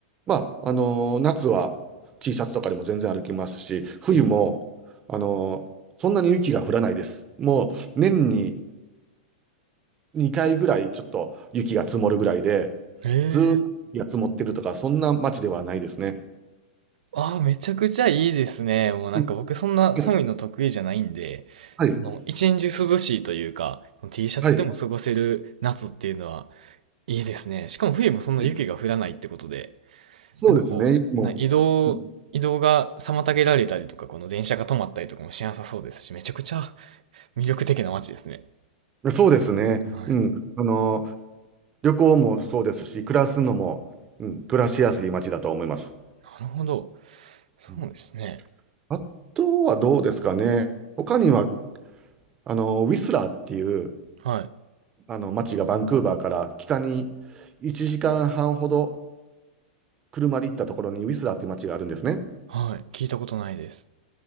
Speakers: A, on the right (about 20°); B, on the right (about 85°).
A: まあ、あのー夏は T シャツとかでも全然歩きますし、冬も、
B: え
A: あのーそんなに雪が降らないです。もう年に2回ぐらいちょっと雪が積もるぐらいで、
B: ー、えー
A: ずーっと雪が積もってるとか、そんな街ではないですね。
B: ああ、めちゃくちゃいいですね。もうなんか僕そんな寒いの得意じゃないんで、
A: うんはい、はい、
B: その一年中涼しいというか、その T シャツでも過ごせる夏っていうのは
A: は
B: いいですね。しかも冬もそんな雪が降らないってことで、
A: い。そうですね。
B: なんかこう、
A: も
B: な移動、
A: う、う
B: 移動が妨げられたりとか、この電車が止まったりとかもしなさそうですし、めちゃくちゃ <laughs> 魅力的な街ですね。
A: んそうですね。
B: はい。
A: うん。あの、旅行もそうですし、暮らすのも、うん、暮らしやすい街だと思います。
B: なるほど。そうですね。
A: うんあとはどうですかね。他には、あの、ウィスラーっていう、
B: はい。
A: あの、街がバンクーバーから北に1時間半ほど車で行ったところにウィスラーっていう街があるんですね。
B: はい。聞いたことないです。